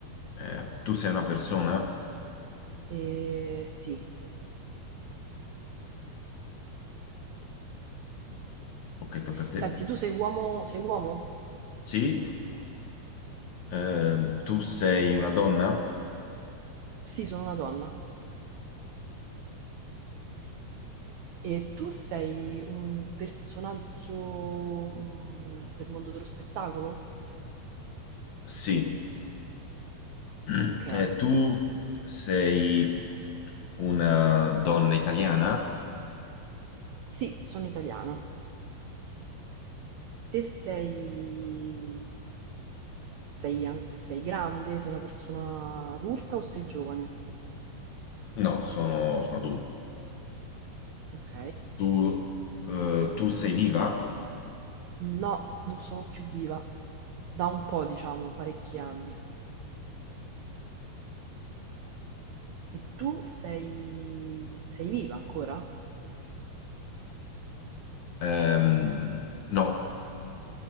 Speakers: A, on the left (about 60°); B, on the right (about 80°).
A: Eh, tu sei una persona?
B: Eh, sì.
A: Ok, tocca a
B: Senti,
A: te.
B: tu sei uomo? Sei uomo?
A: Sì, Ehm, tu sei una donna?
B: Sì, sono una donna. E tu sei un personaggio mm, del mondo dello spettacolo?
A: Sì. <clears throat>
B: Ok.
A: Eh, tu sei una donna italiana?
B: Sì, sono italiana. Te sei... Sei, an- sei grande? Sei una persona adulta o sei giovane?
A: No, sono, sono adulto.
B: Ok.
A: Tu, eh, tu sei viva?
B: No, non sono più viva. Da un po', diciamo, parecchi anni. E tu sei... sei viva ancora?
A: Ehm, no,